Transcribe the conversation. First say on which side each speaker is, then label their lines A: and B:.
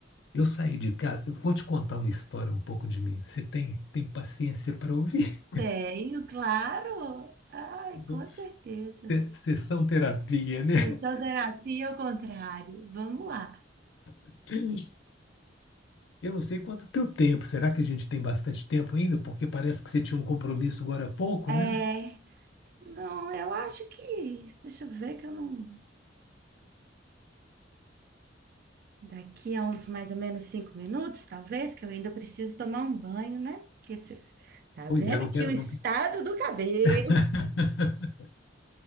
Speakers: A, on the left; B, on the right.
A: eu saí de casa. Eu vou te contar uma história um pouco de mim. Você tem, tem paciência para ouvir?
B: tenho, claro. Ai,
A: <laughs>
B: com certeza.
A: Se- Sessão terapia, né?
B: Sessão terapia ao contrário. Vamos lá.
A: <laughs> Eu não sei quanto teu tempo. Será que a gente tem bastante tempo ainda? Porque parece que você tinha um compromisso agora há pouco,
B: É,
A: né?
B: não, eu acho que. Deixa eu ver que eu não. Daqui a uns mais ou menos cinco minutos, talvez, que eu ainda preciso tomar um banho, né? Porque você tá
A: Pois
B: vendo
A: é, não
B: que
A: quero,
B: o estado
A: não quero,
B: do cabelo.
A: <laughs>